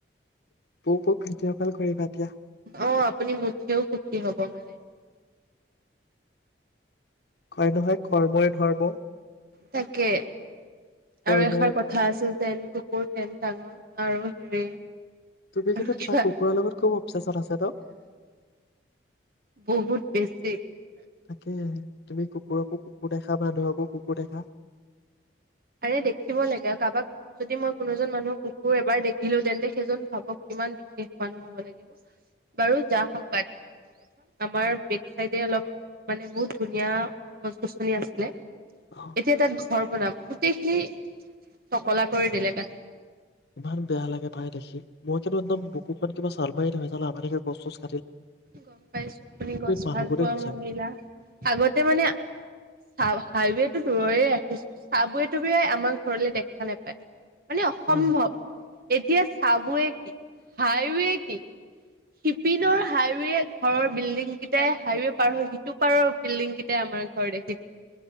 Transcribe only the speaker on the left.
বো বোক ভিডিঅ' কল কৰিবা দিয়া
হয় নহয় কৰ্মই ধৰ্ম
কৰ্ম
তুমি
কি
তোমাৰ কুকুৰৰ লগত খুব অৱচেচন আছে ন
তাকে তুমি ক কুকুৰকো কুকুৰ দেখা মানুহকো কুকুৰ দেখা
অ
ইমান বেয়া লাগে পাই দেখি মই কিন্তু একদম বুকুখন কিবা চালমাৰি ধৰা নিচিনা <unintelligible>
মানুহবোৰ
দেই সঁচাকে
অ